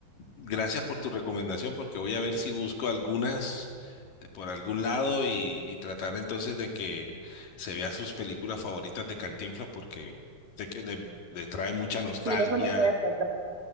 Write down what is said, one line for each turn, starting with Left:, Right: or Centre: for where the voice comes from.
Left: gracias por tu recomendación porque voy a ver si busco algunas eh, por algún lado y, y tratar entonces de que se vea sus películas favoritas de Cantinflas porque sé que le, le trae mucha nostalgia.
Right: Sí, eso no puede faltar.